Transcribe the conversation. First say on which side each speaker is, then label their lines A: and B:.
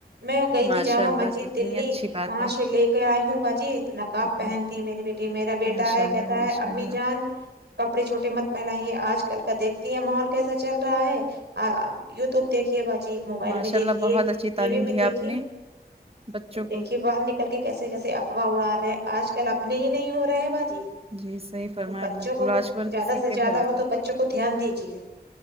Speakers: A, on the right; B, on the right.
A: میں گئی
B: ماشاء
A: تھی جامع
B: اللہ
A: مسجد
B: کتنی
A: دلی
B: اچھی بات
A: وہاں
B: ہے
A: سے لے لائی ہوں باجی نقاب
B: جی
A: پہنتی میری بیٹی میرا بیٹا
B: ماشاء
A: ہے
B: اللہ
A: کہتا
B: ماشاء
A: ہے امی
B: اللہ
A: جان کپڑے چھوٹے مت پہنائیے آج کل کا دیکھتی ہے ماحول کیسا چل رہا ہے آ یو ٹیوب دیکھیے باجی موبائل
B: ماشاء
A: میں دیکھیے
B: اللہ بہت
A: ٹی
B: اچھی تعلیم
A: وی میں
B: دی
A: دیکھیے
B: آپ نے بچوں
A: دیکھیے
B: کو
A: باہر نکل کل کے کیسے کیسے افواہ اڑا رہے ہیں آج کل اپنے ہی نہیں ہو رہا ہے باجی
B: جی صحیح فرمایا
A: تو بچوں
B: بالکل
A: کو
B: آج کل
A: زیادہ
B: کسی
A: سے
B: پہ
A: زیادہ
B: بھروسہ
A: ہو تو بچوں کو دھیان دیجیے